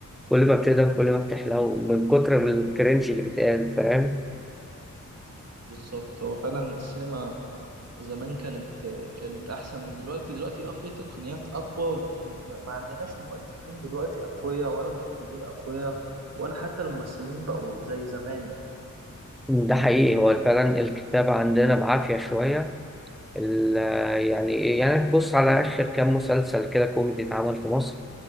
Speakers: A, in the centre; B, on the right.
A: كل ما بتقدر كل ما بتحلو من كتر الكرنج اللي بيتقال فاهم
B: بالظبط هو فعلا السينما زمان كانت كانت احسن من دلوقتي دلوقتي اه في تقنيات اقوى ولكن ما ما عندناش مؤلفين دلوقتي اقوياء ولا مخرجين اقوياء ولا حتى الممثلين بقوا زي زمان يعني
A: ده حقيقي هو فعلا الكتابة عندنا بعافية شوية ال- يعني إيه؟ يعني بص على آخر كام مسلسل كده كوميدي اتعمل في مصر